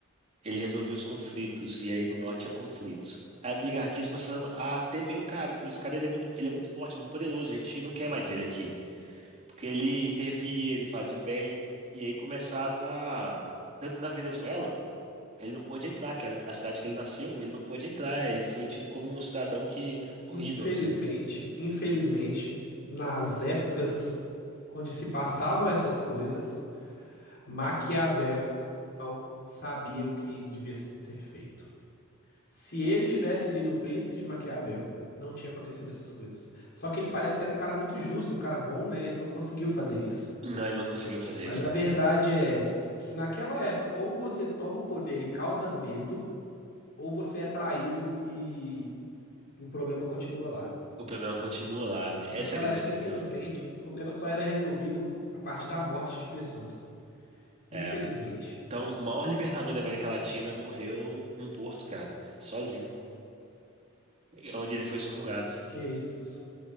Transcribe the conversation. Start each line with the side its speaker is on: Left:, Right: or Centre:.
Right: ele resolvia os conflitos. E aí no norte tinha conflitos. Aí as oligarquias começaram a temer o cara. Falou, esse cara ele é muito, ele é muito forte, muito poderoso. A gente não quer mais ele aqui. Porque ele intervia, ele fazia o bem. E aí começaram a... Tanto na Venezuela, ele não pôde entrar, que era a cidade que ele nasceu, ele não pôde entrar. Ele foi tido como um cidadão que... Horrível,
Left: Infelizmente,
Right: assim.
Left: infelizmente, nas épocas onde se passavam essas coisas, Maquiavel sabia o que devia ser feito. Se ele tivesse lido O Príncipe de Maquiavel, não tinha acontecido essas coisas. Só que ele parece que era um cara muito justo, um cara bom, né? Ele não conseguiu fazer isso.
Right: Não, ele não conseguiu fazer
Left: Mas
Right: isso,
Left: a
Right: cara.
Left: verdade é que naquela época, ou você toma o poder e causa medo, ou você é traído e o problema continua lá.
Right: O problema continua lá. Essa
Left: Naquela
Right: é a grande
Left: época,
Right: questão.
Left: infelizmente, o problema só era resolvido a partir da morte de pessoas. Infelizmente.
Right: É. Então, o maior libertador da América Latina morreu num porto, cara, sozinho, É onde ele foi excomungado.
Left: Que isso?